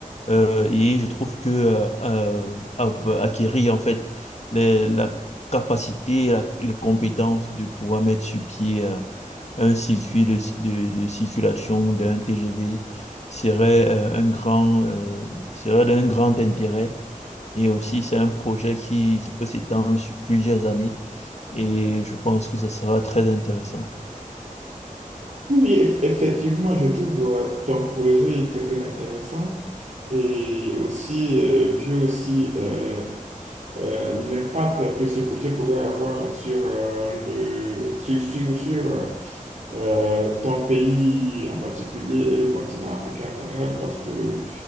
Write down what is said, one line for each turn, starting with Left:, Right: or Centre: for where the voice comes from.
Left: Euh, et je trouve que euh, euh, av- bah, acquérir en fait les- la capacité, la- les compétences de pouvoir mettre sur pied euh, un circuit de, de, de circulation ou d'un TGV serait euh, un grand euh, serait d'un grand intérêt. Et aussi, c'est un projet qui, qui peut s'étendre sur plusieurs années. Et je pense que ça sera très intéressant.
Right: Oui, eff- effectivement, je trouve euh, ton projet très, très intéressant et aussi, euh, vu aussi euh, euh, l'impact que ce projet pourrait avoir sur, euh, le, sur, sur, sur, euh, euh, ton pays en particulier et le continent africain en général, parce que